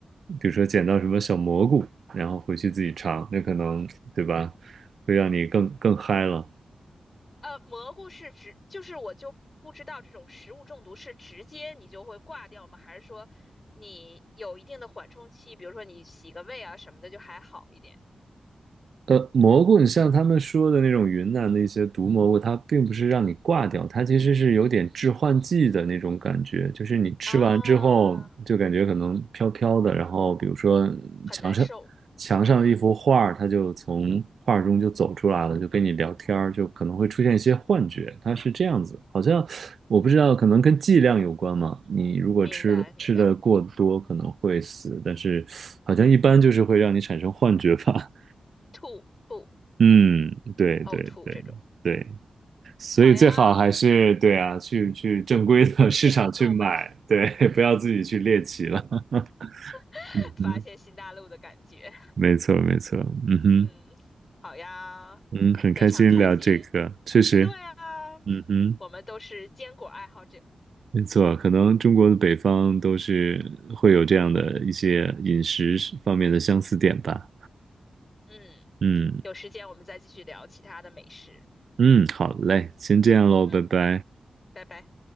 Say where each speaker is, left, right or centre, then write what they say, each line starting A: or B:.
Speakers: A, on the right (about 70°); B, on the left (about 30°).
A: 比如说捡到什么小蘑菇，然后回去自己尝，那可能，对吧，会让你更更嗨了。
B: 呃，蘑菇是直，就是我就不知道这种食物中毒是直接你就会挂掉吗？还是说你有一定的缓冲期，比如说你洗个胃啊什么的就还好一点
A: 呃，蘑菇，你像他们说的那种云南的一些毒蘑菇，它并不是让你挂掉，它其实是有点致幻剂的那种感觉，就是你吃完之后就感觉可能飘飘的，
B: 啊？
A: 然后比如说墙上墙上的一幅画儿，
B: 很难受，嗯，
A: 它就从画儿中就走出来了，就跟你聊天儿，就可能会出现一些幻觉，它是这样子，好像我不知道，可能跟剂量有关嘛，你如果吃了吃的过多可能会死，
B: 明白明白，
A: 但是好像一般就是会让你产生幻觉吧。
B: 吐吐
A: 嗯，对对对对，
B: 呕吐这种。
A: 所以最好还是对啊，
B: 好呀，
A: 去去正规的 <laughs> 市场去买，
B: 店里购买，
A: 对，
B: 嗯，
A: <laughs> 不要自己去猎奇了。<laughs>
B: <laughs>
A: 嗯哼，
B: 发现新大陆的感觉，
A: 没错没错，嗯哼，
B: 嗯，好呀，
A: 嗯，很开心聊这个，
B: 非常开心。
A: 确实，
B: 对啊，
A: 嗯哼，
B: 我们都是坚果爱好者，
A: 没错，可能中国的北方都是会有这样的一些饮食方面的相似点吧。
B: 嗯，
A: 嗯
B: 有时间我们再继续聊其他的美食，
A: 嗯，好嘞，先这样喽，
B: 嗯，
A: 拜拜。
B: 拜拜。